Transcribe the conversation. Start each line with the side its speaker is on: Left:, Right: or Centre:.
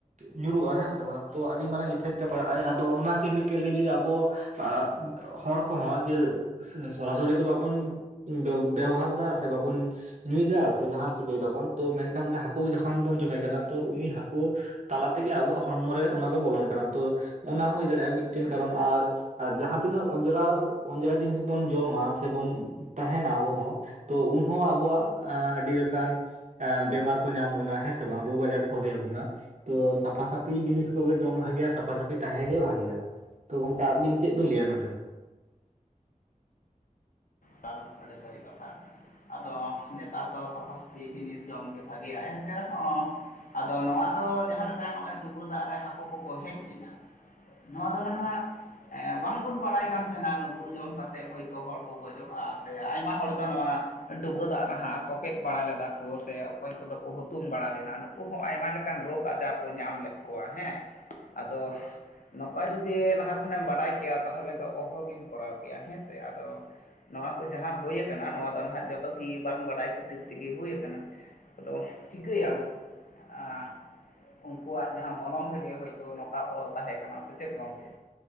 Right: ᱧᱩᱨᱩᱜᱼᱟ ᱦᱮᱸ ᱥᱮ ᱵᱟᱝ ᱛᱚ ᱟᱹᱰᱤ ᱢᱟᱨᱟᱝ ᱤᱯᱷᱮᱠᱴ ᱮ ᱯᱟᱲᱟᱜ ᱟᱭ ᱟᱫᱚ ᱚᱱᱟ ᱠᱮᱢᱤᱠᱮᱞ ᱨᱮᱜᱤ ᱟᱵᱚ ᱟᱸᱼᱼ ᱦᱚᱲ ᱠᱚᱦᱚᱸ ᱡᱮ ᱥᱮ ᱥᱚᱨᱟᱥᱚᱨᱤ ᱫᱚ ᱵᱟᱵᱚᱱᱼᱼ ᱵᱮᱵᱚᱦᱟᱨ ᱫᱟ ᱥᱮ ᱵᱟᱵᱩᱱ ᱧᱩᱭᱮᱫᱟ ᱥᱮ ᱡᱟᱦᱟᱸ ᱪᱤᱠᱟᱹᱭ ᱫᱟᱵᱚᱱ ᱛᱚ ᱢᱮᱱᱠᱷᱟᱱ ᱦᱟᱹᱠᱩ ᱡᱚᱠᱷᱚᱱ ᱵᱚᱱ ᱡᱚᱢᱮ ᱠᱟᱱᱟ ᱛᱚ ᱩᱱᱤ ᱦᱟᱹᱠᱩ ᱛᱟᱞᱟ ᱛᱮᱜᱮ ᱟᱵᱚᱣᱟᱜ ᱦᱚᱲᱢᱚ ᱨᱮ ᱚᱱᱟ ᱫᱚ ᱵᱚᱞᱚᱱ ᱠᱟᱱᱟ ᱛᱚ ᱚᱱᱟ ᱦᱚᱸ ᱦᱩᱭ ᱫᱟᱲᱮᱭᱟᱜᱼᱟ ᱢᱤᱫᱴᱮᱱ ᱠᱟᱨᱚᱱ ᱟᱨ ᱡᱟᱦᱟᱸ ᱛᱤᱱᱟᱹᱜ ᱚᱸᱡᱽᱨᱟ ᱚᱸᱡᱽᱨᱟ ᱡᱤᱱᱤᱥ ᱵᱚᱱ ᱡᱚᱢᱟ ᱥᱮᱵᱚᱱ ᱛᱟᱦᱮᱱᱟ ᱟᱵᱚ ᱦᱚᱸ ᱛᱚ ᱩᱱᱦᱚᱸ ᱟᱵᱚᱣᱟᱜ ᱟ-ᱟᱹᱰᱤ ᱞᱮᱠᱟᱱ ᱵᱮᱢᱟᱨ ᱠᱚ ᱧᱟᱢ ᱵᱚᱱᱟ ᱦᱮᱸ ᱥᱮ ᱵᱟᱝ ᱨᱳᱜᱽ ᱟᱡᱟᱨ ᱠᱚ ᱦᱩᱭ ᱟᱵᱚᱱᱟ ᱾ ᱛᱚ ᱥᱟᱯᱷᱟ ᱥᱟᱹᱯᱷᱤ ᱡᱤᱱᱤᱥ ᱠᱚᱜᱮ ᱡᱚᱢ ᱵᱷᱟᱜᱮᱭᱟ ᱥᱟᱯᱷᱟ ᱥᱟᱹᱯᱷᱤ ᱛᱟᱦᱮᱸ ᱜᱮ ᱵᱷᱟᱜᱮᱭᱟ ᱾ ᱛᱚ ᱜᱚᱝᱠᱮ ᱟᱵᱤᱱ ᱪᱮᱫ ᱵᱤᱱ ᱞᱟᱹᱭᱟ ᱱᱚᱰᱮ ᱫᱚ?
Left: ᱠᱟᱱ ᱟᱹᱰᱤ ᱥᱟᱹᱨᱤ ᱠᱟᱛᱷᱟ ᱾ ᱟᱫᱚ ᱱᱮᱛᱟᱨ ᱫᱚ ᱥᱟᱯᱷᱟ ᱥᱟᱯᱷᱤ ᱡᱤᱱᱤᱥ ᱡᱚᱢᱜᱮ ᱵᱷᱟᱜᱮᱭᱟ ᱮᱱᱛᱮ ᱨᱮᱦᱚᱸ ᱟᱫᱚ ᱱᱚᱣᱟ ᱫᱚ ᱡᱟᱦᱟᱸ ᱞᱮᱠᱟ ᱱᱚᱜᱼᱚᱭ ᱰᱩᱵᱟᱹ ᱫᱟᱜ ᱨᱮ ᱦᱟᱹᱠᱩ ᱠᱚᱠᱚ ᱦᱮᱡ ᱞᱮᱱᱟ ᱾ ᱱᱚᱣᱟ ᱫᱚ ᱱᱟᱦᱟᱜ ᱵᱟᱝᱵᱚᱱ ᱵᱟᱲᱟᱭ ᱠᱟᱱ ᱛᱟᱦᱮᱸᱱᱟ ᱱᱩᱠᱩ ᱡᱚᱢ ᱠᱟᱛᱮᱜ ᱦᱳᱭᱛᱳ ᱦᱚᱲ ᱜᱚᱡᱩᱜᱼᱟ, ᱥᱮ ᱟᱭᱢᱟ ᱦᱚᱲ ᱫᱚ ᱱᱚᱣᱟ ᱰᱩᱵᱟᱹ ᱫᱟᱜ ᱨᱮ ᱦᱟᱸᱜ ᱠᱚᱯᱮᱫ ᱵᱟᱲᱟ ᱞᱮᱫᱟ ᱠᱚ ᱥᱮ, ᱚᱠᱚᱭ ᱠᱚᱫᱚ ᱠᱚ ᱦᱩᱛᱩᱢ ᱵᱟᱲᱟ ᱞᱮᱱᱟ ᱠᱩ ᱾ ᱩᱱᱠᱩ ᱦᱚᱸ ᱟᱭᱢᱟ ᱞᱮᱠᱟᱱ ᱨᱳᱜᱽ ᱟᱡᱟᱨ ᱠᱚ ᱧᱟᱢ ᱞᱮᱫ ᱠᱚᱣᱟ ᱦᱮᱸ
Right: <inaudible>
Left: ᱾ ᱟᱫᱚ ᱱᱚᱝᱠᱟ ᱡᱩᱫᱤ ᱞᱟᱦᱟ ᱠᱷᱚᱱᱮᱢ ᱵᱟᱰᱟᱭ ᱠᱮᱭᱟ, ᱛᱟᱦᱚᱞᱮ ᱫᱚ ᱚᱦᱚ ᱜᱮᱢ ᱠᱚᱨᱟᱣ ᱠᱮᱭᱟ ᱦᱮᱸ ᱥᱮ ᱟᱫᱚ ᱱᱚᱣᱟ ᱠᱚ ᱡᱟᱦᱟᱸ ᱦᱩᱭ ᱠᱟᱱᱟ ᱱᱚᱣᱟ ᱫᱚ ᱱᱟᱦᱟᱜ ᱡᱚᱛᱚ ᱜᱤ ᱵᱟᱝ ᱵᱟᱰᱟᱭ ᱠᱷᱟᱹᱛᱤᱨ ᱛᱮᱜᱮ ᱦᱩᱭ ᱠᱟᱱᱟ ᱾ ᱟᱫᱚ ᱪᱤᱠᱟᱹᱭᱟᱢ ᱟ ᱩᱱᱠᱩᱣᱟᱜ ᱡᱟᱦᱟᱸ ᱢᱚᱞᱚᱝ ᱨᱮᱜᱮ ᱦᱳᱭᱛᱳ ᱱᱚᱝᱠᱟ ᱚᱞ ᱛᱟᱦᱮᱸ ᱠᱟᱱᱟ ᱥᱮᱪᱮᱫ ᱜᱚᱝᱠᱮ?